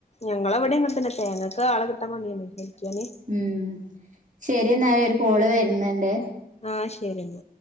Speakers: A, on the left; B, on the right.
A: ഞങ്ങള അവിടെ ഇങ്ങനെ തന്നെ തേങ്ങക്ക് ആളെ കിട്ടാൻ പണിയാണ് ഹെൽപ്പിയാന്
B: ഉം ശരി എന്നാൽ ഒരു കോള് വരുന്നുണ്ട്
A: ആഹ ശരിഎന്ന